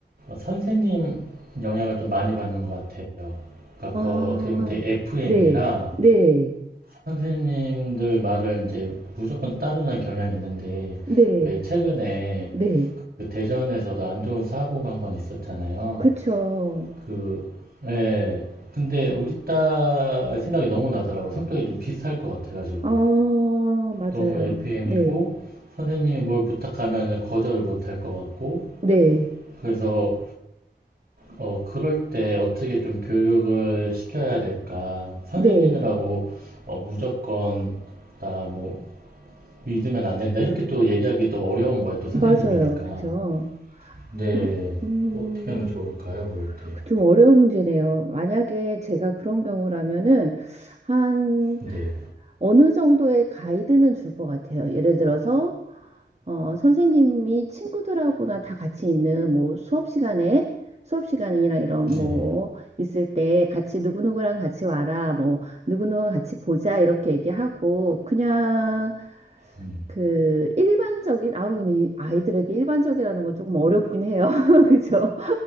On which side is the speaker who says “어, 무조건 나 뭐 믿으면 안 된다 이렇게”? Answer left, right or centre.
Right